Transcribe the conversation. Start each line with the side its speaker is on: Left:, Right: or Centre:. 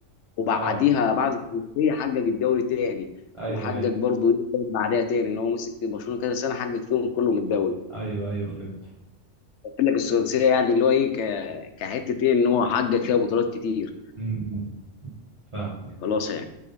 Left: وبعديها
Right: اه
Left: بعد السداسيه حقق الدوري تاني
Right: ايوه
Left: وحقق
Right: ايوه
Left: برضه ايه تاني بعدها تاني ان هو مسك برشلونه كذا سنه حقق فيهم كلهم الدوري
Right: ايوه ايوه فهمت
Left: قلت لك السداسيه يعني اللي هو ايه ك- كحته ايه ان هو حقق فيها بطولات كتير
Right: امم فاهم
Left: خلاص يعني